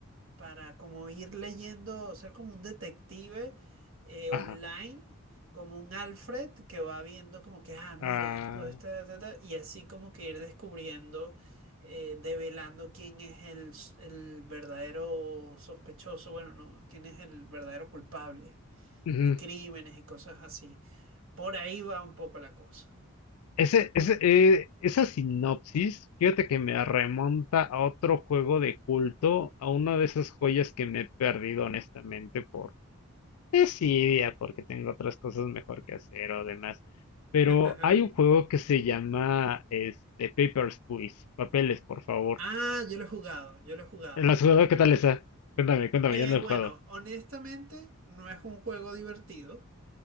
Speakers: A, on the right; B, on the left.
A: para como ir leyendo, ser como un detective eh,
B: ajá.
A: online, como un Alfred que va viendo como que, ah, mira,
B: ah,
A: esto, esto, ta, ta", y así como que ir descubriendo. eh, develando quién es el, s- el verdadero sospechoso, bueno, no, quién es el verdadero culpable
B: ujú.
A: de crímenes y cosas así. Por ahí va un poco la cosa.
B: Ese, ese, eh, esa sinopsis, fíjate que me remonta a otro juego de culto, a una de esas joyas que me he perdido honestamente Desidia, porque tengo otras cosas mejor que hacer o demás. Pero
A: <laughs>
B: hay un juego que se llama este, Papers, Please. Papeles, por favor.
A: Ah, yo lo he jugado, yo lo he jugado.
B: ¿La has jugado? ¿Qué tal está? Cuéntame, cuéntame,
A: Eh,
B: yo no
A: bueno,
B: he jugado.
A: honestamente, no es un juego divertido.